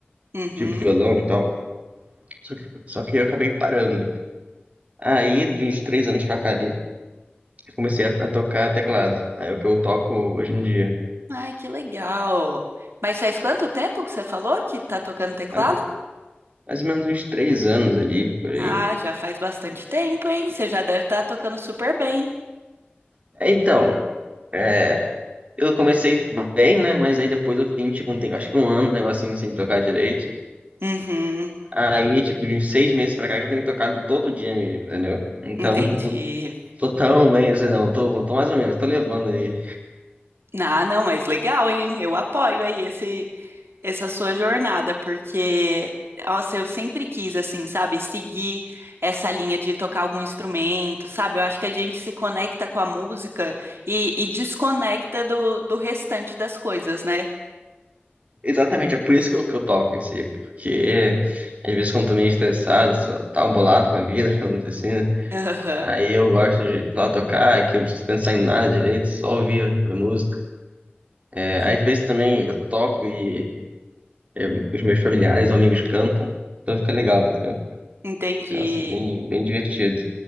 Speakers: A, on the right; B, on the right.
A: Uhum.
B: tipo violão e tal. Só que, só que eu acabei parando. Aí, de uns três anos pra cá ali, eu comecei a, a tocar teclado. Aí é o que eu toco hoje em dia.
A: Ai, que legal. Mas faz quanto tempo que você falou que tá tocando teclado?
B: Mais, mais ou menos uns três anos ali, por aí.
A: Ah, já faz bastante tempo, hein? Você já deve estar tocando super bem.
B: É, Então, é, eu comecei bem, né? Mas aí depois eu fiquei, tipo, um tempo, acho que um ano, um negocinho sem tocar direito.
A: Uhum.
B: Aí, tipo, de uns seis meses pra cá, que eu tenho tocado todo dia mesmo, entendeu? Então,
A: Entendi.
B: tô, tô tão bem assim, não. Tô, tô mais ou menos, tô levando ali.
A: Ah, não, mas legal, hein? Eu apoio aí esse, essa sua jornada, porque, nossa, eu sempre quis, assim, sabe, seguir essa linha de tocar algum instrumento, sabe? Eu acho que a gente se conecta com a música e, e desconecta do, do restante das coisas, né?
B: Exatamente, é por isso que eu, que eu toco em si, porque é, às vezes quando eu tô meio estressado, só tá bolado com a vida, <laughs> vamos dizer assim, né?
A: Aham.
B: Aí eu gosto de ir lá tocar, que eu não preciso pensar em nada direito, só ouvir a música. É,
A: Ah,
B: às vezes também eu toco e é, os meus familiares, amigos cantam, então fica legal, entendeu?
A: Entendi,
B: Nossa, bem, bem divertido.